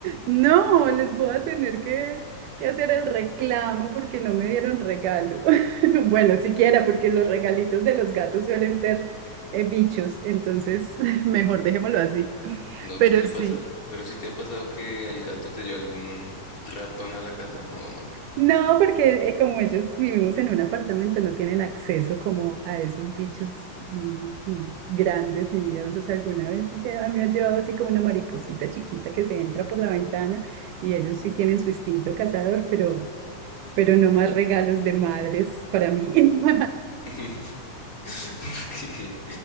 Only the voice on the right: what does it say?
No, les voy a tener que, que hacer el reclamo porque no me dieron regalo. <laughs> Bueno, siquiera porque los regalitos de los gatos suelen ser eh, bichos, entonces <laughs> mejor dejémoslo así.
Pero
sí.
No, porque eh, como ellos vivimos en un apartamento, no tienen acceso como a esos bichos mm, mm, grandes y miedosos alguna vez. y lleva- me ha llevado así como una mariposita chiquita que se entra por la ventana y ellos sí tienen su instinto cazador, pero, pero no más regalos de madres para mí. <laughs>